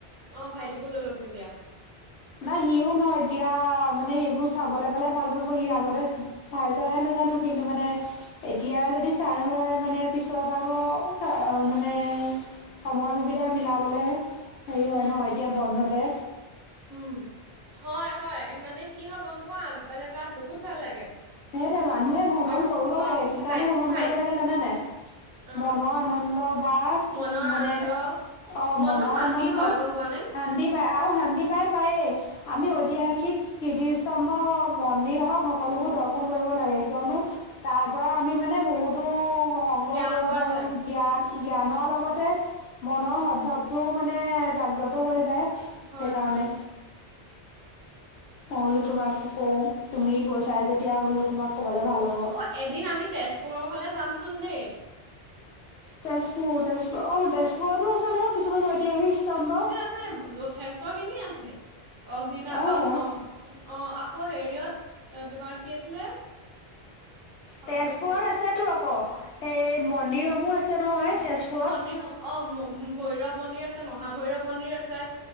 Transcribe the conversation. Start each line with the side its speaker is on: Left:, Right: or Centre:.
Right: অ', ভাইটিকো লৈ ল'ম তেতিয়া
Left: নাই সিও ন এতিয়া মানে, সেইবোৰ চাবলৈ পালে ভাল পাব সি আগতে চাই চেলাই নাজানো, কিন্তু মানে এতিয়া, যদি চাই নোলয় মানে পিছত আকৌ চ মানে সময় সুবিধা মিলাবলে হেৰি হয়
Right: উম
Left: নহ এতিয়া বন্ধতে
Right: উম, হয়, হয়, মানে কি হয় গম পোৱা মানে তাত বহুত ভাল লাগে
Left: সেইটে, মানুহে ভ্ৰমণ
Right: আৰু
Left: কৰিব
Right: মা
Left: লাগে কি
Right: ভাইটি
Left: কাৰণে ভ্ৰমণ
Right: ভাইটি
Left: কৰিব লাগে জানোনে
Right: অঁ
Left: মনৰ আনন্দ, বা উ
Right: মনৰ
Left: মানে
Right: আনন্দ
Left: অ',
Right: মনটো
Left: মনৰ
Right: শান্তি
Left: আনন্দ,
Right: হয় গম পোৱানে
Left: শান্তি পাই আৰু শান্তি পাই পায় আমি ঐতিহাসিক কীৰ্তিস্তম্ভ হওক, মন্দিৰ হওঁক সকলোবোৰ দৰ্শ কৰিব লাগে কিয়নো তাৰপৰাআমি মানে, বহুতো সংগ্ৰহ
Right: জ্ঞান
Left: কৰিব
Right: পোৱা
Left: পাৰোঁ
Right: যায়
Left: জ্ঞান
Right: উম,
Left: জ্ঞানৰ লগতে মনৰ সদভাৱটোও মানে জাগ্ৰত হৈ যায়
Right: হয়,
Left: সেইকাৰণে
Right: হয়
Left: মই বোলো তোমাকো কওঁ, তুমি গৈ
Right: উম।
Left: চাই যেতিয়া বোলো তোমাক ক'বে ভাল হ'ব
Right: অ' এদিন আমি তেজপুৰৰ ফালে যামচোন দেই
Left: তেজপুৰ, তেজপুৰ, অ', তেজপুৰতো আছে নহয় কিছুমান ঐতিহাসিক স্তম বা
Right: <unintelligible> আকৌ হেৰিয়ত
Left: অ',
Right: তোমাৰ কি আছিলে পাহৰিছোৱেই
Left: তেজপুৰত আছেতো আকৌ, এই মন্দিৰসমূহ আছে নহয় তেজপুৰত।
Right: মন্দিৰ সম অ, ভৈৰৱ মন্দিৰ আছে, মহাভৈৰৱ মন্দিৰ আছে